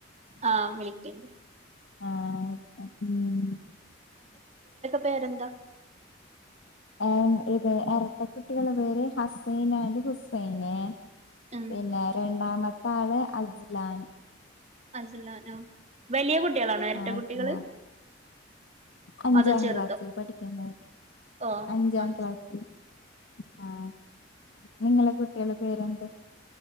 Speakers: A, on the right (about 35°); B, on the left (about 70°).
A: ആഹ് വിളിക്കണ്ട്
B: ആ ഓക്കെ ഉം
A: പേരന്ത
B: ഏഹ് ഇത് എരട്ട കുട്ടികളെ പേര് ഹസൈൻ ആൻഡ് ഹുസൈന്
A: ഉം
B: പിന്നെ രണ്ടാമത്തെ ആള് അജ്‌ലാൻ
A: അജ്ലാനോ വലിയ കുട്ടികളാണോ എരട്ട
B: ആഹ്
A: കുട്ടികള്
B: അസ്ലാൻ അഞ്ചാം
A: അതോ ചെറുതോ
B: ക്ലാസ്സിൽ പഠിക്കുന്നത്
A: ഓ
B: അഞ്ചാം
A: ആഹ്
B: ക്ലാസ്സിൽ ആ നിങ്ങളെ കുട്ടികളെ പേരെന്ത്